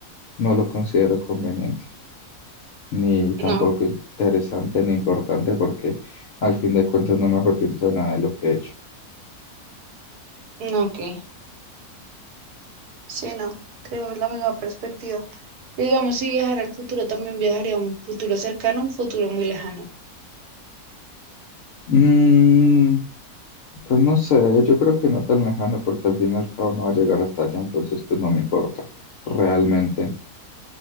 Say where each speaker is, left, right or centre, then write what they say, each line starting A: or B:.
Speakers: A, on the left; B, on the right.
A: No lo considero conveniente, ni tampoco
B: no,
A: interesante ni importante porque al fin de cuentas no me arrepiento de nada de lo que he hecho.
B: no, que, sí, no, tenemos la misma perspectiva. Digamos, si viajara al futuro, también viajaría a un futuro cercano, un futuro muy lejano.
A: Mm, pues no sé, yo creo que no tan lejano porque al fin y al cabo no va a llegar hasta allá, entonces pues no me importa, realmente.